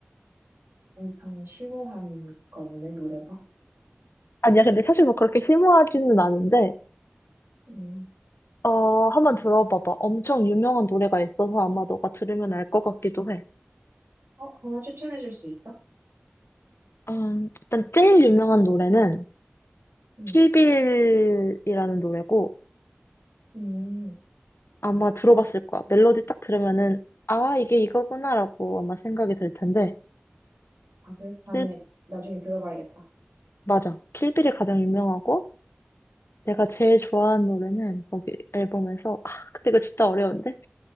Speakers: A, on the right; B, on the left.
A: 엄청 심오한가 보네, 노래가.
B: 아니야, 근데 사실 뭐 그렇게 심오하지는 않은데,
A: 음.
B: 어, 한번 들어봐봐. 엄청 유명한 노래가 있어서 아마 너가 들으면 알 것 같기도 해.
A: 어, 하나 추천해 줄 수 있어?
B: 음, 일단 제일 유명한 노래는
A: 음.
B: 킬빌이라는 노래고
A: 음.
B: 아마 들어봤을 거야. 멜로디 딱 들으면은 아, 이게 이거구나라고 아마 생각이 들 텐데.
A: 아, 그래? 다음에
B: 킬-
A: 나중에 들어봐야겠다.
B: 맞아. 킬빌이 가장 유명하고 내가 제일 좋아하는 노래는 거기 앨범에서 아, 근데 이거 진짜 어려운데?